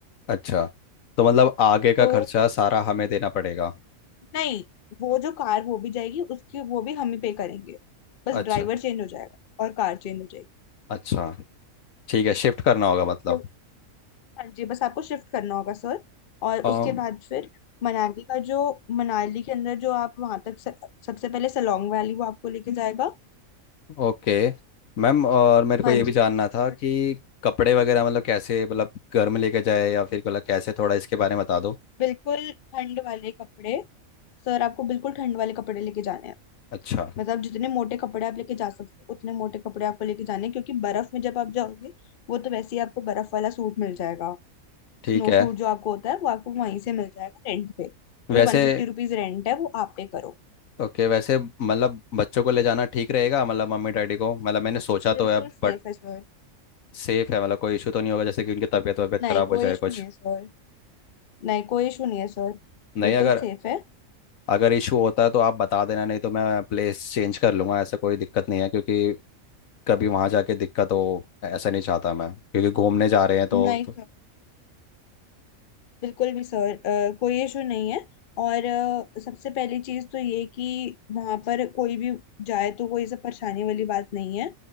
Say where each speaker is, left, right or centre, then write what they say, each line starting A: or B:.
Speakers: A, on the left; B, on the left.
A: अच्छा तो मतलब आगे का
B: तो
A: खर्चा सारा हमें देना पड़ेगा
B: नहीं वो जो कार वो भी जाएगी उसकी वो भी हम ही पे करेंगे बस
A: अच्छा
B: ड्राइवर चेंज हो जाएगा और कार चेंज हो जाएगी
A: अच्छा ठीक है शिफ्ट करना होगा मतलब
B: क्यों हाँ जी बस आपको शिफ्ट करना होगा सर और
A: अम,
B: उसके बाद फिर मनाली का जो मनाली के अंदर जो आप वहां तक स- सबसे पहले सलोंग वैली वो आपको लेके जाएगा
A: ओके मैम और मेरे को
B: हाँ
A: ये
B: जी
A: भी जानना
B: और
A: था कि कपड़े वगैरह मतलब कैसे मतलब घर में लेके जाए या फिर मतलब कैसे थोड़ा इसके बारे में बता दो
B: बिल्कुल ठंड वाले कपड़े सर आपको बिल्कुल ठंड वाले कपड़े लेके जाने हैं
A: अच्छा
B: मतलब जितने मोटे कपड़े आप लेके जा सकते हो उतने मोटे कपड़े आपको लेके जाने हैं क्योंकि बर्फ में जब आप जाओगे वो तो वैसे ही आपको बर्फ वाला सूट मिल जाएगा
A: ठीक
B: स्नो
A: है
B: सूट जो आपको होता है वो आपको वहीं से मिल जाएगा रेंट पे
A: वैसे
B: जो वन फिफ्टी रुपीज रेंट है वो आप पे करो
A: ओके वैसे मतलब बच्चों को ले जाना ठीक रहेगा मतलब मम्मी डैडी को मतलब मैंने सोचा तो
B: बिल्कुल
A: है
B: सेफ
A: बट
B: है सर
A: सेफ है मतलब कोई इशू तो नहीं होगा जैसे कि उनकी तबीयत वबीयत
B: नहीं
A: खराब हो
B: कोई
A: जाए
B: इशू
A: कुछ
B: नहीं है सर नहीं कोई इशू नहीं है सर
A: नहीं
B: बिल्कुल
A: अगर
B: सेफ है
A: अगर इशू होता है तो आप बता देना नहीं तो मैं प्लेस चेंज कर लूंगा ऐसा कोई दिक्कत नहीं है क्योंकि कभी वहां जाके दिक्कत हो ऐसा नहीं चाहता मैं क्योंकि घूमने जा रहे हैं तो,
B: नहीं
A: तो
B: सर बिल्कुल भी सर अ, कोई इशू नहीं है और अ, सबसे पहली चीज तो ये कि वहां पर कोई भी जाए तो कोई सब परेशानी वाली बात नहीं है